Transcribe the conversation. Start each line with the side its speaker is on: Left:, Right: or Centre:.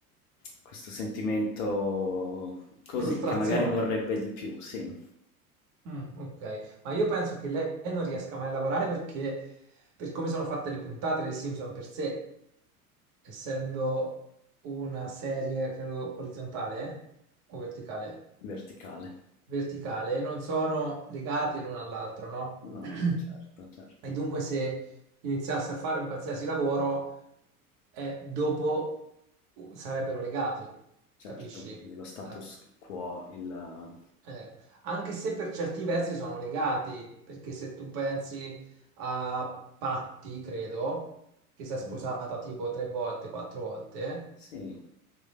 Left: questo sentimento così,
Right: Frustrazione.
Left: che magari vorrebbe di più, sì,
Right: Mm, ok, ma io penso che lei non riesca mai a lavorare perché, per come sono fatte le puntate dei Simpson per sé, essendo una serie, credo, orizzontale, eh? O verticale?
Left: verticale.
Right: verticale non sono legate l'uno all'altro, no?
Left: No,
Right: <clears throat>
Left: certo, certo,
Right: E dunque se iniziasse a fare un qualsiasi lavoro, eh, dopo uh, sarebbero legati,
Left: certo.
Right: capisci?
Left: Quindi lo status
Right: Eh,
Left: quo, il...
Right: eh, Anche se per certi versi sono legati, perché se tu pensi a Patti, credo, che si è sposata
Left: mm,
Right: tipo tre volte, quattro volte,
Left: sì,